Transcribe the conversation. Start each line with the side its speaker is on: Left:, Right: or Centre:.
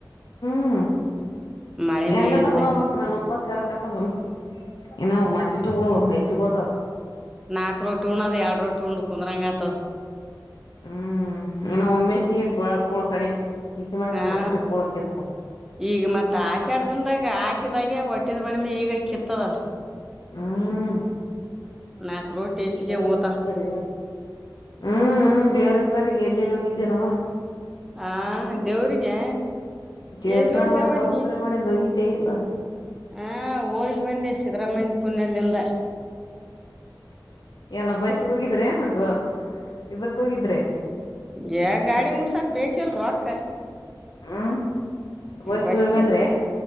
Left: ಹ್ಮ್
Centre: ಮಳಿನ
Left: ಹೆಂಗಾದರು
Centre: ಇಲ್ಲ
Left: ಉನ್ನ ಬೇಕ್ ನನ್ ಉಪಸ್ ಇರಕತದ ಏನು. ಇ ನಾವು ಮತ್ತೆಟ್ಟುಗ ಹೆಚ್ಚು ಹೋಟವ.
Centre: ನಾಕ ರೋಟ್ಟಿ ಉಣ್ಣದ ಎರಡು ರೊಟ್ಟಿ ಉಂಡ ಕುಂದ್ರಂಗತದ.
Left: ಹ್ಮ್ ಇನ್ನು ಒಮ್ಮೇಶಿಗೆ ಕೂಳಕಡಿಮಿ ಚಿಂತೆ ಮಾಡಿದ್ರೆ
Centre: ಆ
Left: ಮತ್ತಟ ಕೂಳ ಕೀತತ್ತಾದ
Centre: ಈಗ ಮತ್ ಆಷಾಡ ದಿನದಾಗ ಹಾಕಿದಾಗೆ ಹೊಟ್ಟಿದ್ <unintelligible> ಈಗ ಕಿತ್ತದಲ್ಲ.
Left: ಹೂ
Centre: ನಾಕ್ ರೋಟಿ
Left: <unintelligible>
Centre: ಹೆಚ್ಚಿಗೆ
Left: ಎಲ್ಲ
Centre: ಓತ
Left: ಇವಗೆ. ಹ್ಮ್ ಹೂ ದೇವರಹಿಪ್ಪರಿ ಎಲ್ಲೆರ ಹೋಗಿದ್ದೇನವ
Centre: ಆ ದೇವ್ರಿಗೆ
Left: ಸಿದ್ರಾಮಯ್ಯ
Centre: ಎಲ್ಲಿ ಒಂದವ
Left: ಬಸ್ಸು
Centre: ನೀ
Left: ಫ್ರೀ ಮಾಡಡಿಂದ ಹೋಗಿದ್ದೇ ಇಲ್ಲ
Centre: ಹಾ ಹೋಗಿ ಬಂದೆ ಸಿದ್ದರಾಮಯ್ಯನ್ ಪುಣ್ಯ ಲಿಂದ.
Left: ಏನ ಬಸ್ಗೆ ಹೋಗಿದ್ರೆ ಏನ ಇದಕ್ಕ ಹೋಗಿದ್ರೆ.
Centre: ಯ ಗಾಡಿ ಮುಗಸಾಕ್ ಬೇಕಿಲ್ರ ರೋಕ್ಕ..
Left: ಹ್ಮ್ ವಯಸ್ಸಿಗೆ
Centre: ಬಸ್ಗೆ
Left: ಹೋಗಿ ಬಂದ್ರೆ